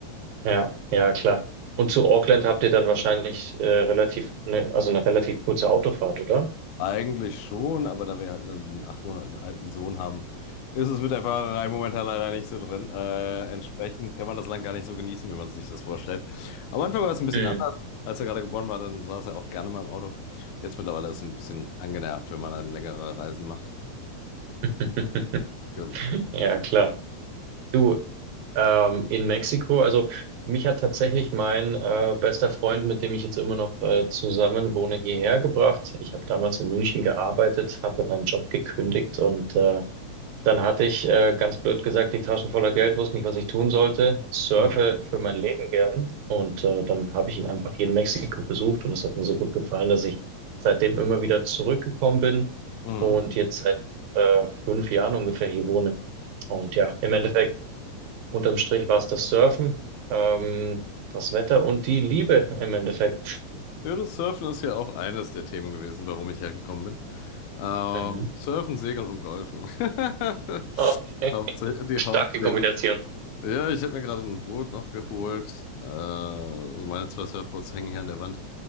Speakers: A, on the right (about 80°); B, on the left (about 80°).
A: Ja, ja, klar. Und zu Auckland habt ihr dann wahrscheinlich äh, relativ, ne, also eine relativ kurze Autofahrt, oder?
B: Eigentlich schon, aber da wir halt einen acht Monaten alten Sohn haben, ist es mit der Fahrerei momentan leider nicht so drin. Äh, entsprechend kann man das Land gar nicht so genießen, wie man sich das vorstellt. Am Anfang war es ein bisschen
A: Mhm.
B: anders. Als er gerade geboren war, dann saß er auch gerne mal im Auto. Jetzt mittlerweile ist es ein bisschen angenervt, wenn man dann längere Reisen macht.
A: <laughs>
B: Genau.
A: Ja, klar. Du, ähm, in Mexiko. Also mich hat tatsächlich mein äh, bester Freund, mit dem ich jetzt immer noch äh, zusammen wohne, hierher gebracht. Ich habe damals in München gearbeitet, hatte meinen Job gekündigt und äh, dann hatte ich äh, ganz blöd gesagt die Taschen voller Geld, wusste nicht, was ich tun sollte, surfe
B: Hm.
A: für mein Leben gern und äh, dann habe ich ihn einfach hier in Mexiko besucht und es hat mir so gut gefallen, dass ich seitdem immer wieder zurückgekommen bin
B: Mhm.
A: und jetzt seit äh, fünf Jahren ungefähr hier wohne. Und ja, im Endeffekt Unterm Strich war es das Surfen, ähm, das Wetter und die Liebe im Endeffekt.
B: Ja, das Surfen ist ja auch eines der Themen gewesen, warum ich hergekommen bin. Ähm,
A: Mhm.
B: Surfen, Segeln und Golfen. <laughs>
A: Okay,
B: Hauptsache- Die
A: starke
B: Hauptthemen.
A: Kombination.
B: Ja, ich habe mir gerade ein Boot noch geholt. Äh, also meine zwei Surfboards hängen hier an der Wand.